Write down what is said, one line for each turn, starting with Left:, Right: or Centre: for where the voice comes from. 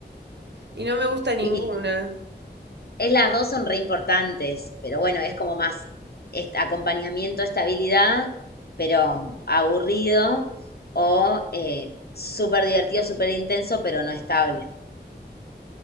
Right: y no me gusta ninguna.
Left: Y es, las dos son re importantes, pero bueno, es como más est- acompañamiento, estabilidad, pero aburrido o eh, súper divertido, súper intenso pero no estable.